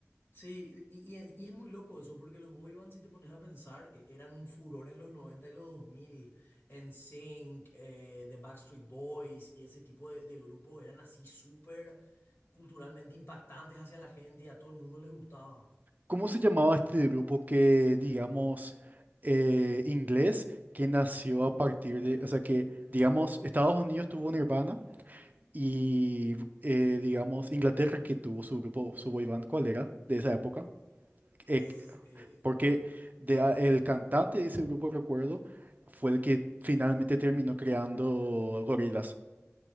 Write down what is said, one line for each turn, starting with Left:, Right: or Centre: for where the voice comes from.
Left: Sí, y, y es, y es muy loco eso, porque los boy bands, si te pones a pensar, e- eran un furor en los 90 y los dos mil NSYNC, eh, The Backstreet Boys y ese tipo de, de grupos eran así súper culturalmente impactantes hacia la gente y a todo el mundo les gustaba.
Right: ¿Cómo se llamaba este grupo que, digamos, eh, inglés, que nació a partir de, o sea, que, digamos, Estados Unidos tuvo Nirvana y, eh, digamos, Inglaterra que tuvo su grupo, su boy band, ¿cuál era? De esa época. Eh,
Left: Uf, eh,
Right: porque de a- el cantante de ese grupo, recuerdo, fue el que finalmente terminó creando Gorillaz.